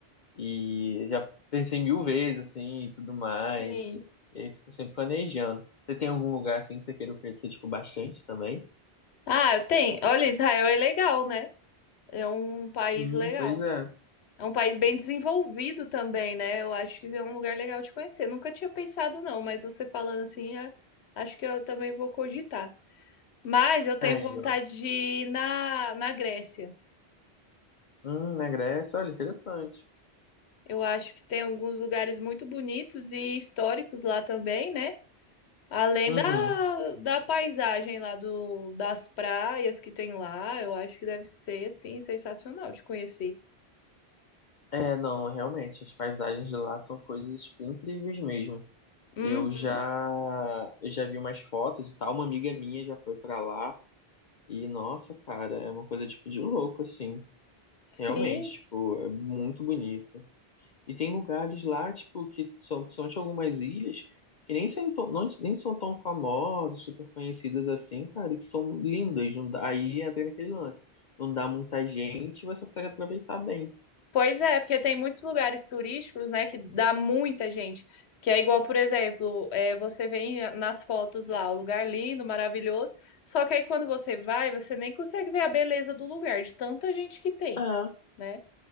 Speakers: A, on the left; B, on the left.
A: E já pensei mil vezes, assim, e tudo mais.
B: Sim.
A: E aí fico sempre planejando. Você tem algum lugar, assim, que você queira conhecer, tipo, bastante também?
B: Ah, eu tenho. Olha, Israel é legal, né? É um país
A: Sim,
B: legal.
A: pois é.
B: É um país bem desenvolvido também, né? Eu acho que é um lugar legal de conhecer. Nunca tinha pensado, não, mas você falando assim, é- acho que eu também vou cogitar. Mas eu tenho
A: Aí,
B: vontade
A: ó.
B: de ir na, na Grécia.
A: Hum, na Grécia, olha, interessante.
B: Eu acho que tem alguns lugares muito bonitos e históricos lá também, né? Além
A: Uhum.
B: da, da paisagem lá do, das praias que tem lá, eu acho que deve ser, assim, sensacional de conhecer.
A: É, não, realmente, as paisagens de lá são coisas, tipo, incríveis mesmo.
B: Uhum.
A: Eu já, eu já vi umas fotos e tal, uma amiga minha já foi pra lá. E, nossa, cara, é uma coisa, tipo, de louco, assim.
B: Sim.
A: Realmente, tipo, é muito bonito. E tem lugares lá, tipo, que são, são de algumas ilhas, que nem são, tão- não- nem são tão famosas, super conhecidas assim, cara, e que são lindas. Não dá, aí entra naquele lance. Não dá muita gente, você consegue aproveitar bem.
B: Pois é, porque tem muitos lugares turísticos, né, que dá muita gente. Que é igual, por exemplo, é, você vê em- nas fotos lá, o lugar lindo, maravilhoso. Só que aí quando você vai, você nem consegue ver a beleza do lugar, de tanta gente que tem,
A: É,
B: né?